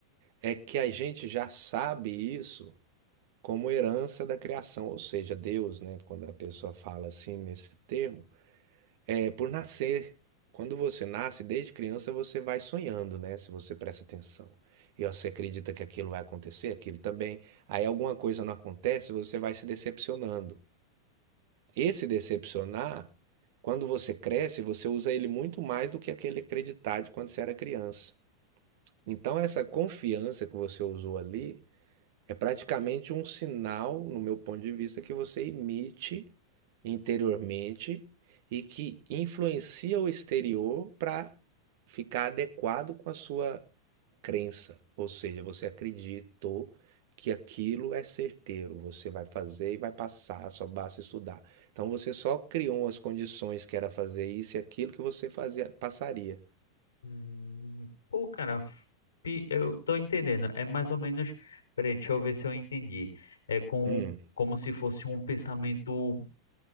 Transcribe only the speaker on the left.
Hum, pô, cara, f- pi- eu tô entendendo. É mais ou menos. Peraí, deixa eu ver se eu entendi. É com,
como se fosse um pensamento